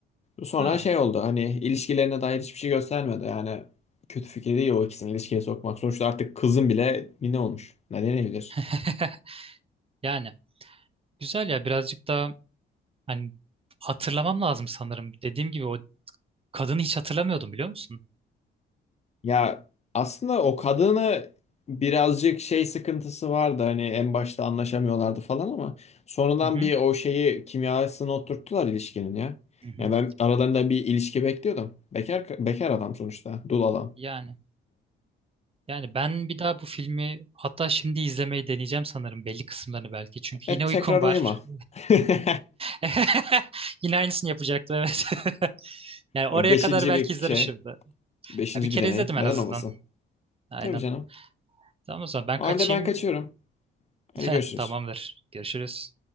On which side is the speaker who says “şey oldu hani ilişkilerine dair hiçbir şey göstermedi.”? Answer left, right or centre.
Left